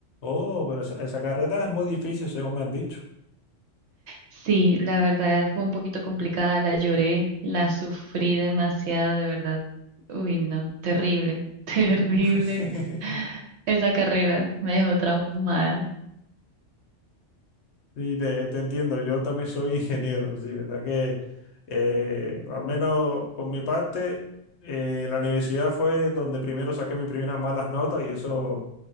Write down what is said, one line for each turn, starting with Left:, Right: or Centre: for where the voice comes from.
Left: Oh, pero esa, esa carrera es muy difícil, según me han dicho.
Right: Sí, la verdad fue un poquito complicada, la lloré, la sufrí demasiado, de verdad. Uy, no, terrible, <laughs> terrible.
Left: Oh. <laughs>
Right: Esa carrera me dejó traumada.
Left: Sí, te, te entiendo. Yo también soy <laughs> ingeniero, sí, verdad que eh, al menos por mi parte, eh, la universidad fue donde primero saqué mis primeras malas notas y eso